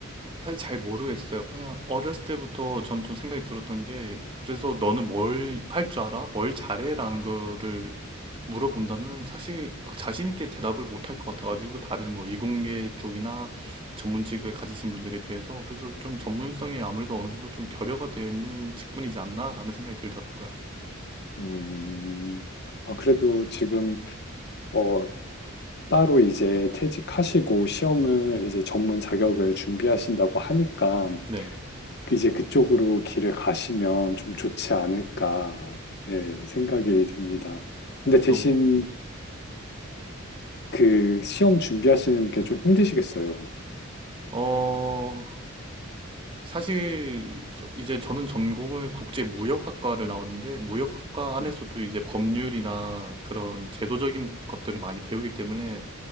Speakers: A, on the right; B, on the left.
A: 사실 잘 모르겠어요. 그냥 어렸을 때부터 저는 좀 생각이 들었던 게 그래서 너는 뭘 할 줄 알아? 뭘 잘해라는 거를 물어본다면 사실 막 자신 있게 대답을 못 할 것 같아가지고 다른 뭐 이공계 쪽이나 전문직을 가지신 분들에 비해서 그래서 좀 전문성이 아무래도 어느 정도 좀 결여가 되어 있는 직군이지 않나라는 생각이 들더라고요.
B: 음, 아, 그래도 지금 어, 따로 이제 퇴직하시고 시험을 이제 전문 자격을 준비하신다고 하니까
A: 네,
B: 그 이제 그쪽으로 길을 가시면 좀 좋지 않을까 예, 생각이 듭니다. 근데 대신
A: 너무
B: 그 시험 준비하시는 게 좀 힘드시겠어요.
A: 어 사실 저- 이제 저는 전공을 국제무역학과를 나왔는데 무역학과 안에서도
B: 네,
A: 이제 법률이나 그런 제도적인 것들을 많이 배우기 때문에